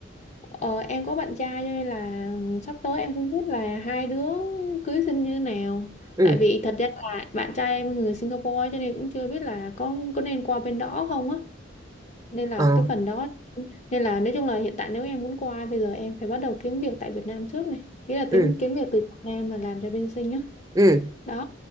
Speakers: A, on the left; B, on the right.
A: ờ, em có bạn trai cho nên là sắp tới em không biết là hai đứa cưới xin như nào.
B: Ừ,
A: Tại vì thật ra là bạn trai em người Singapore cho nên cũng chưa biết là có có nên qua bên đó không á. Nên là
B: ờ,
A: cái phần đó nên là nói chung là hiện tại nếu em muốn qua bây giờ em phải bắt đầu kiếm việc tại Việt Nam trước này. Nghĩa là
B: ừ,
A: kiếm kiếm việc từ Việt Nam mà làm cho bên Sing á.
B: ừ,
A: Đó.